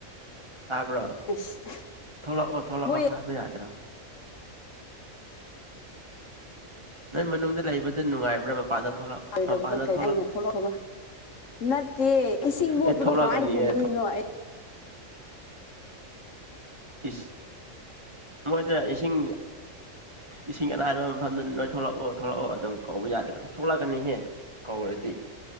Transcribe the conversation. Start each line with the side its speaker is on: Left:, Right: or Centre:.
Right: ꯇꯥꯕ꯭ꯔꯣ
Left: ꯑꯁ
Right: ꯊꯣꯛꯂꯛꯑꯣ ꯊꯣꯛꯂꯛꯑꯣ
Left: ꯃꯣꯏ
Right: ꯍꯥꯏꯕ ꯌꯥꯗ꯭ꯔꯣ ꯅꯣꯏ ꯃꯅꯨꯡꯗ ꯂꯩꯕꯗ ꯅꯨꯡꯉꯥꯏꯕ꯭ꯔꯥ ꯃꯄꯥꯟꯗ ꯊꯣꯛꯂꯛ
Left: ꯗꯕꯗꯣ
Right: ꯃꯄꯥꯟꯗ
Left: ꯀ
Right: ꯊꯣꯛꯂꯛ
Left: ꯑꯩꯅ ꯊꯣꯛꯂꯛꯛ ꯅꯠꯇꯦ ꯏꯁꯤꯡ ꯃꯣꯠꯄꯗꯣ
Right: ꯑꯦ ꯊꯣꯛꯂꯛꯑꯅꯤꯌꯦ
Left: ꯀꯃꯥꯏ ꯎꯗꯣꯏꯅꯣ ꯑꯩ
Right: ꯏꯁ ꯃꯣꯏꯗ ꯏꯁꯤꯡ ꯏꯁꯤꯡ ꯑꯅꯥꯕ ꯃꯐꯝꯗꯨ ꯅꯣꯏ ꯊꯣꯛꯂꯛꯑꯣ ꯊꯣꯛꯂꯛꯑꯣ ꯑꯗꯨꯝ ꯀꯧꯕ ꯌꯥꯗ꯭ꯔꯣ ꯊꯣꯛꯂꯛꯀꯅꯤꯍꯦ ꯀꯧꯔꯗꯤ